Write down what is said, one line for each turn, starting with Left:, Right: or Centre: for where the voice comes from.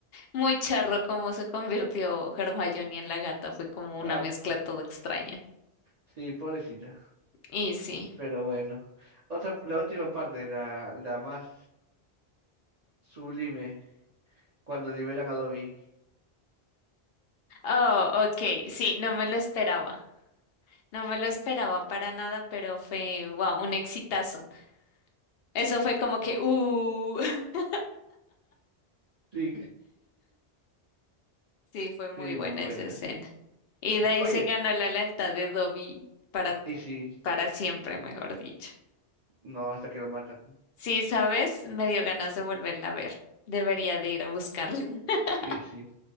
Left: Muy charro como se convirtió Hermione en la gata, fue como
Right: Ah,
Left: una mezcla toda
Right: po-
Left: extraña.
Right: sí, pobrecita.
Left: Y sí.
Right: Pero bueno. Otra, la última parte, la, la más sublime, cuando liberan a Dobby.
Left: Oh, ok, sí, no me lo esperaba. No me lo esperaba para nada, pero fue, wow, un exitazo. Eso fue como que, uh, <laughs>
Right: Sí,
Left: sí, fue muy
Right: sí,
Left: buena
Right: muy buena.
Left: esa escena. Y
Right: Ya.
Left: de ahí
Right: Oye,
Left: se ganó la lealtad de Dobby para,
Right: y sí,
Left: para siempre, mejor dicho.
Right: no, hasta que lo matan.
Left: Sí, ¿sabes? Me dio ganas de volverla a ver. Debería de ir a buscarla. <laughs>
Right: Y sí.